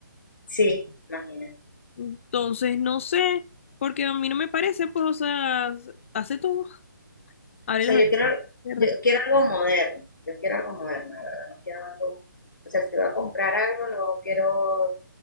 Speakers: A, on the left (about 70°); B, on the left (about 40°).
A: Sí, imagínate.
B: Entonces, no sé, porque a mí no me parece, pues, o sea, hace todo. Abre
A: O sea,
B: las ventanas.
A: yo quiero, yo quiero algo moderno, yo quiero algo moderno, la verdad, no quiero algo, o sea, si voy a comprar algo, no quiero